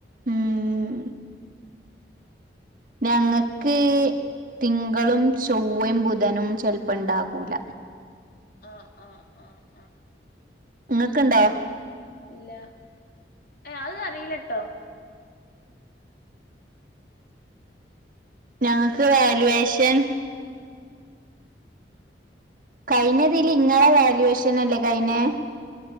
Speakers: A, on the right; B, on the left.
A: ഉംഉം ഞങ്ങക്ക് തിങ്കളും ചൊവ്വയും ബുധനും ചെലപ്പോണ്ടാകൂല
B: ആഹ ആഹ ആഹ
A: ഇങ്ങൊക്കുണ്ടോ
B: ഇല്ല അത് അറിയില്ലട്ടോ
A: ഞങ്ങക്ക് വല്വേഷൻ കഴിഞ്ഞതിൽ ഇങ്ങളെ വാല്യുവേഷൻ അല്ലേ കഴിന്നെ